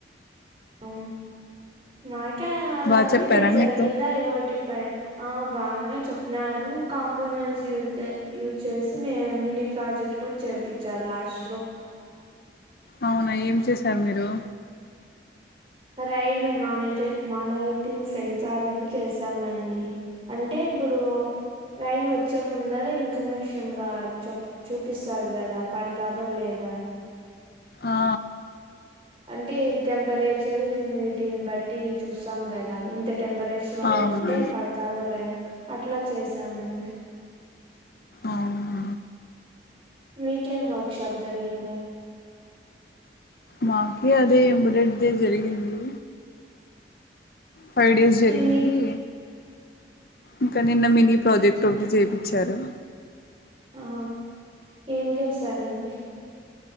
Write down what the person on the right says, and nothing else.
అ మాకే అలాంటిదే
జరిగిందా
ఇవటిపై ఆ బాగానే చాపినరు కాంపోనెంట్స్ యూజ యూజ్ చేసి మ మినీ ప్రాజెక్ట్ గుని చేపించారు లాస్ట్ లో
రైన్ మానిట మానిటింగ్ సెన్సార్ అని చేశామండి అంటే ఇప్పుడు లైన్ ఒ వచ్చే ముందర ఇన్కమేషన్ గా చ చూపిస్తాది గదా పడతాదో లేదా అన్
అంటే ఏ టెం టెంపరేచర్ హ్యూమిడిటీని బట్టి చూస్తాం కదా ఇంత టెంపరేచర్ లో
ఉంటే పడతాదో లేదో అట్లా చేసామండి
మీకేం వర్క్షాప్ జరిగిం
మీ
ఆ ఏం చేసారండి